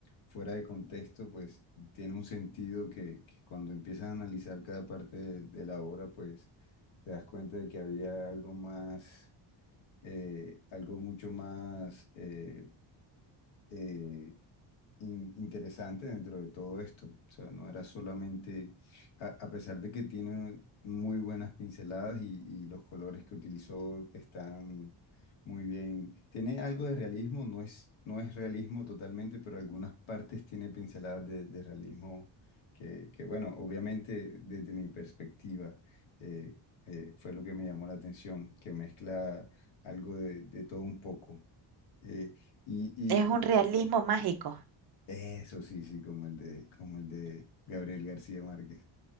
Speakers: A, on the left; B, on the right.
A: fuera de contexto, pues tiene un sentido que, que cuando empiezas a analizar cada parte de de la obra, pues te das cuenta de que había algo más eh, algo mucho más eh, eh, in- interesante dentro de todo esto. O sea, no era solamente, a, a pesar de que tiene muy buenas pinceladas y, y los colores que utilizó están muy bien. Tiene algo de realismo, no es, no es realismo totalmente, pero algunas partes tiene pinceladas de, de realismo que, que, bueno, obviamente desde mi perspectiva eh, eh, fue lo que me llamó la atención, que mezcla algo de, de todo un poco. Eh, y,
B: Es un realismo mágico.
A: eso sí, sí, como el de, como el de Gabriel García Márquez.